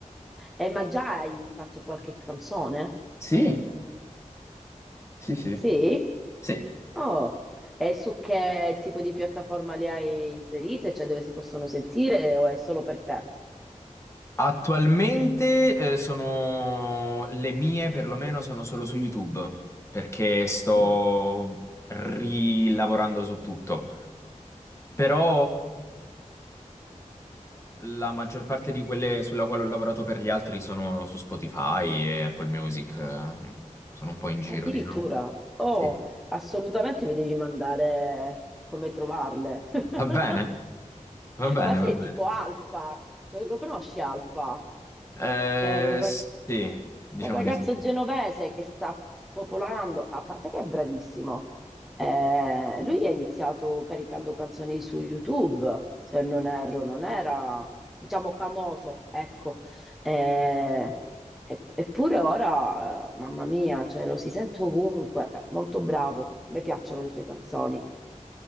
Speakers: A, in the centre; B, on the left.
A: Eh, ma già hai fatto qualche canzone?
B: Sì, sì, sì.
A: Sì?
B: Sì.
A: Oh, e su che tipo di piattaforma le hai inserite? Cioè, dove si possono sentire o è solo per te?
B: Attualmente eh, sono le mie, perlomeno sono solo su YouTube, perché sto
A: <clears throat> Mm.
B: rilavorando su tutto. Però la maggior parte di quelle sulla quale ho lavorato per gli altri sono su Spotify e Apple Music, eh, sono un po' in giro,
A: Addirittura,
B: diciamo.
A: oh,
B: Sì.
A: assolutamente mi devi mandare come trovarle. <laughs>
B: Va bene, va bene,
A: Ma sei
B: va
A: tipo
B: bene.
A: Alfa, lo, lo conosci Alfa?
B: Eh,
A: che era un, ra-
B: sì,
A: Quindi,
B: diciamo
A: quel ragazzo
B: di sì,
A: genovese che sta spopolando, a parte che è bravissimo. Eh, lui ha iniziato caricando canzoni su YouTube, se non erro, non era, diciamo, famoso, ecco. Eh, e- eppure ora, mamma mia, cioè, lo si sente ovunque, molto bravo, mi piacciono le sue canzoni.